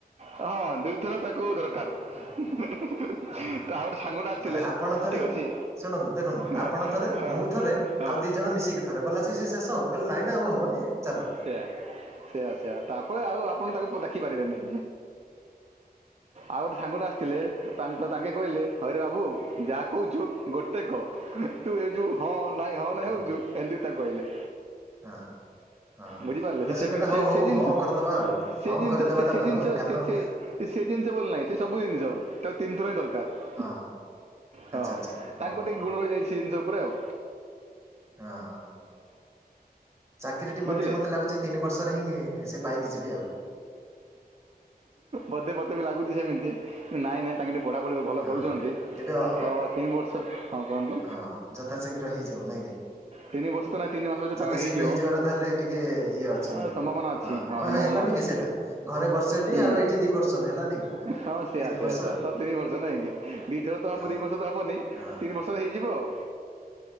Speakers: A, on the right (about 40°); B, on the right (about 20°).
A: ହଁ ଦୁଇଥର ତାକୁ ଦରକାର।
B: ହଁ
A: ତ
B: ହଁ ହଁ
A: ଆଉ ଗୋଟେ ସାଙ୍ଗଟା ଆସିଥିଲେ
B: ମାନେ ଆପଣ ଥରେ
A: ଠିକ ଅଛି।
B: ଶୁଣନ୍ତୁ ଦେଖନ୍ତୁ
A: ହଁ
B: ଆପଣ ଥରେ
A: ହଁ
B: ମୁଁ ଥରେ
A: ହଁ
B: ଆଉ ଦି ଜଣ ମିଶିକି ଥରେ ବଲା ଅଛି ସେ ଶଷବ କହିଲେ ନାଇଁ ନା ଆଉ ହବନି ଚାଲ।
A: ସେୟା ସେଇୟା ସେୟା ତାପରେ ଆଉ ଆପଣ ତାକୁ ଦୋଖିପାରିବେନି।
B: <inaudible>
A: ଆଉ ଗୋଟେ ସାଙ୍ଗଠା ଆସିଥିଲେ ତାଙ୍କେ କହିଲେ ହରେ ବାବୁ ଯାହା କହୁଛୁ ଗୋଟେ କ। ତୁ ଏ ଯୁ ହଁ ନାଇଁ ହଁ ନାଇଁ
B: ହୁଁ
A: ହଉଛୁ ଏମିତି ତାକୁ କହିଲେ।
B: ହଁ ହଁ। ହଁ
A: ବୁଝିପାରିଲେ
B: ବୋଇଲେ ସେ
A: ସେମିତି
B: କହିଲେ ହଉ ହଉ
A: ସେ ଜିନିଷ
B: ହଁ କରିଦବା ଆଉ
A: ସେ
B: ହଁ
A: ଜିନିଷ
B: କରିଦବାଟା
A: ସେ ସେ
B: ଭଲ
A: ଜିନିଷ
B: କାରଣ।
A: ସେ ସେ ସେ ଜିନିଷ ବୋଲି ନାହିଁ ସେ ସବୁ ଜିନିଷ ତାକୁ ତିିନିଥର ହିଁ ଦରକାର।
B: ହଁ
A: ହଁ
B: ଆଚ୍ଛା ଆଚ୍ଛା ହଉ
A: ତାଙ୍କୁ
B: ହଉ
A: ଟିକେ
B: ହଉ
A: ଗୁଣ ରହିଯାଇଛି ସେ ଜିନିଷ ଉପରେ ଆଉ।
B: ଅଁ ହଁ ହଁ। ଚାକିରିଟି
A: ବୁଝିଲେ
B: ମଧ୍ୟ ମୋତେ ଲାଗୁଛି ତିନି ବର୍ଷରେ ହିଁ ସେ ପାଇକି ଯିବେ ଆଉ।
A: ବୋଧେ ମତେ ବି ଲାଗୁଛି ସେମିତି। ନାଇଁ ନାଇଁ ତାଙ୍କେଠି ପଢ଼ାପଢ଼ି ଭଲ
B: ହଁ
A: କରୁଛନ୍ତି
B: ହଁ ଏବେ ଅ-
A: ତ
B: ଅ-
A: କେଇଁ ବର୍ଷ ହଁ ବନ୍ଧୁ
B: ହଁ ଯଥାଶୀଘ୍ର ହେଇଯାଉ ନାଇଁ କି।
A: ତିନି ବର୍ଷ ତ ନାଇଁ ତିନି ମାସ ଭିତରେ
B: ଯଥା
A: ତାଙ୍କର ହେଇଯିବ
B: ଶୀଘ୍ର ହେଇଯିବାର ତାହେଲେ ଟିକେ ଇଏ ଅଛି
A: ଅ,
B: ନାଇଁ କି।
A: ସମ୍ଭାବନା ଅଛି
B: ହଁ ହଁଁ
A: ସମ୍ଭାବନା
B: ହେଲାନି
A: ଅଛି
B: କି ସେଇଟା ଘରେ ବର୍ଷଟି
A: ହୁଁ
B: ଆଉ ଏଇଠି ଦି ବର୍ଷ ହେଲାନି କି।
A: ହଁ ସେୟା
B: ତିନି
A: ସେୟା
B: ବର୍ଷ
A: ସେୟା
B: ଆଉ
A: ତ ତିନ ବର୍ଷ ନାଇଁକି ଦିଥର ତ ହବ ଦୁଇ
B: ହଁ
A: ବର୍ଷ ତ ହବନି
B: ହଁ
A: ତିନି
B: ହଁ।
A: ବ ଷ ହେଇଯିବ ଆଉ।